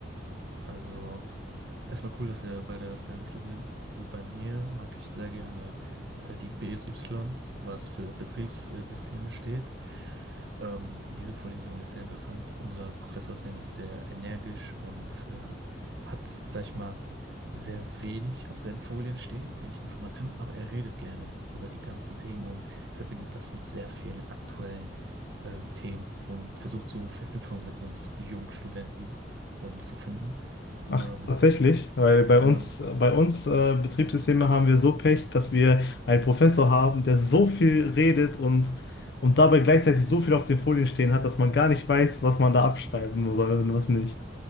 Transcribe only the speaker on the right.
Also, erstmal cool, dass wir beide dasselbe studieren. Also bei mir mag ich sehr gerne äh, die BSY, was für Betriebssysteme steht. Ähm, diese Vorlesung ist sehr interessant. Unser Professor ist nämlich sehr energisch und äh, hat, sag ich mal, sehr wenig auf seinen Folien stehen, wenig Informationen, aber er redet gerne über die ganzen Themen und verbindet das mit sehr vielen aktuellen ähm, Themen und versucht so Verknüpfungen mit uns jungen Studenten ähm, zu finden.
Ähm,
genau.